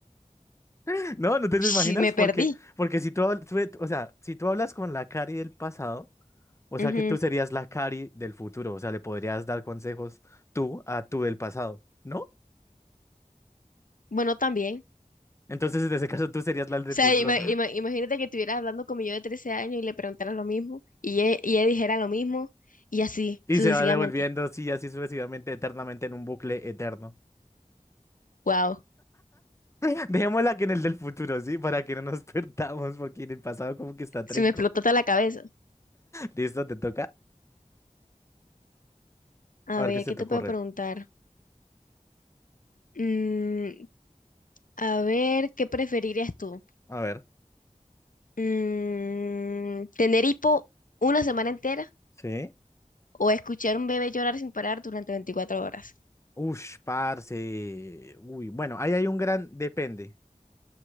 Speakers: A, on the left; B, on the left.
A: <laughs> No, ¿no te lo imaginas?
B: Sí, me
A: Porque,
B: perdí.
A: porque si tú, habl- tú- e-, o sea, si tú hablas con la Cari del pasado... O sea
B: Ujú.
A: que tú serías la Cari del futuro, o sea, le podrías dar consejos tú a tú del pasado, ¿no?
B: Bueno, también.
A: Entonces, en ese caso, tú serías la del
B: sea,
A: futuro
B: ima- ima- imagínate que estuvieras hablando como yo de 13 años y le preguntaras lo mismo y ella, y ella dijera lo mismo y así
A: y
B: sucesivamente.
A: se va devolviendo así, así sucesivamente, eternamente en un bucle eterno.
B: Wow,
A: <laughs> Dejémosla que en el del futuro, ¿sí? Para que no nos <laughs> perdamos, porque en el pasado como que está trinco.
B: se me explotó toda la cabeza.
A: ¿Listo? ¿Te toca?
B: A
A: A ver
B: ver,
A: qué se
B: ¿qué
A: te
B: te
A: ocurre.
B: puedo preguntar? Mm, a ver, ¿qué preferirías tú?
A: A ver.
B: Mm, ¿tener hipo una semana entera
A: ¿Sí?
B: o escuchar un bebé llorar sin parar durante veinticuatro horas?
A: Ush, parce. Uy, bueno, ahí hay un gran depende.